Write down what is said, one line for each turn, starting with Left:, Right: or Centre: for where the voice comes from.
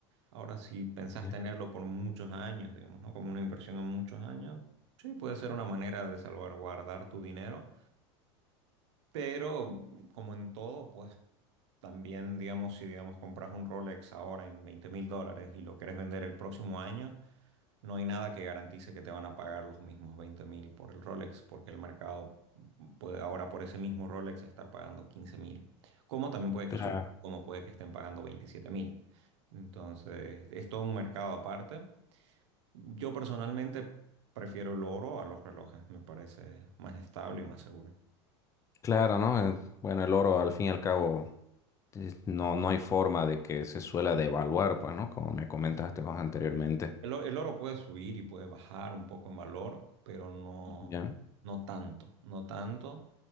Right: Ahora, si pensás
Left: Ya.
Right: tenerlo por muchos años, digamos, ¿no? Como una inversión a muchos años, sí, puede ser una manera de salvaguardar tu dinero, pero como en todo, pues también, digamos, si, digamos, compras un Rolex ahora en veinte mil dólares y lo querés vender el próximo año, no hay nada que garantice que te van a pagar los mismos veinte mil por el Rolex, porque el mercado puede ahora por ese mismo Rolex estar pagando quince mil. Como también puede
Left: Claro.
Right: que suba, como puede que estén pagando veintisiete mil. Entonces, es todo un mercado aparte. Yo personalmente prefiero el oro a los relojes, me parece más estable y más seguro.
Left: Claro, ¿no? Eh, Bueno, el oro al fin y al cabo es- no, no hay forma de que se suela devaluar, pues, ¿no? Como me comentaste vos anteriormente.
Right: El, o- el oro puede subir y puede bajar un poco en valor, pero no,
Left: Ya.
Right: no tanto, no tanto.